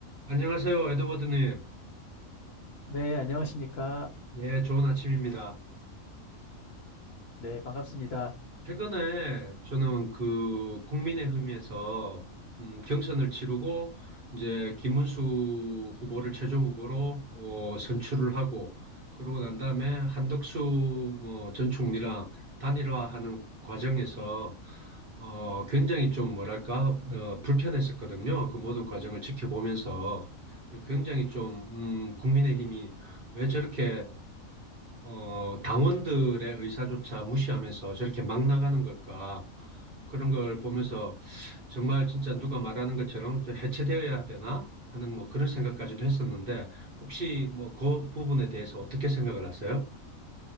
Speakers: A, on the right; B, on the left.
A: 안녕하세요, 에드워드님.
B: 네, 안녕하십니까.
A: 예, 좋은 아침입니다.
B: 네, 반갑습니다.
A: 최근에 저는 그 국민의힘에서 음, 경선을 치르고 이제 김문수 후보를 최종 후보로 어, 선출을 하고 그러고 난 다음에 한덕수 어, 전 총리랑 단일화하는 과정에서 어, 굉장히 좀 뭐랄까 어, 불편했었거든요. 그 모든 과정을 지켜보면서 굉장히 좀 음, 국민의힘이 왜 저렇게 어, 당원들의 의사조차 무시하면서 저렇게 막 나가는 걸까? 그런 걸 보면서 정말 진짜 누가 말하는 것처럼 좀 해체되어야 되나? 하는 뭐 그런 생각까지도 했었는데 혹시 뭐 그 부분에 대해서 어떻게 생각을 하세요?